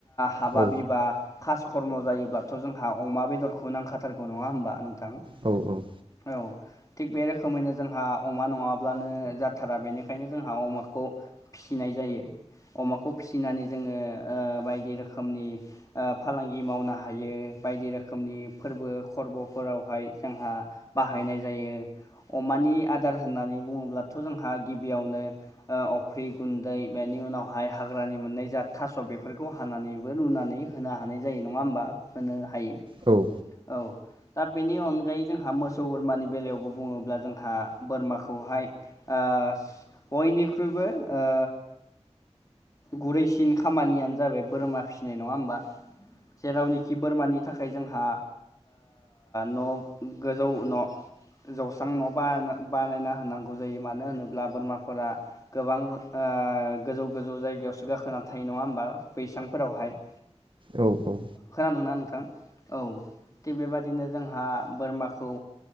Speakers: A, on the left; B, on the right.
A: हाबा
B: औ
A: बिबा खास कर्म' जायोब्लाथ' जोंहा अमा बेदरखौ नांखाथारगौ नङा होमबा नोंथां
B: औ औ
A: औ थिग बे रोखोमैनो जोंहा अमा नङाब्लानो जाथारा बेनिखायनो जोंहा अमाखौ फिसिनाय जायो अमाखौ फिसिनानै जोङो बायदि रोखोमनि फालांगि मावनो हायो बायदि रोखोमनि फोरबो खरबफोरावहाय जोंहा बाहायनाय जायो अमानि आदार होननानै बुङोब्लाथ' जोंहा गिबियावनो अफ्रि गुन्दै बेनि उनावहाय हाग्रानि मोननाय जा थास' बेफोरखौ हानानैबो रुनानै होनो हानाय जायो नङा होमबा होनो हायो
B: औ
A: औ दा बेनि अनगायै जोंहा मोसौ बोरमानि बेलायावबो बुङोब्ला जोंहा बोरमाखौहाय ओ बयनिख्रुइबो ओ गुरैसिन खामानियानो जाबाय बोरमा फिसिनाय नङा होमबा जेरावनिखि बोरमानि थाखाय ओ जोंहा न' गोजौ न' जौस्रां न' बा बानायना होनांगौ जायो मानो होनोब्ला बोरमाफोरा गोबां ओ गोजौ गोजौ जायगायावसो गाखोना थायो नङा होमबा बैसांफोरावहाय
B: औ औ
A: खोनादोंना नोंथां औ थिग बेबा दिनो जोंहा बोरमाखौ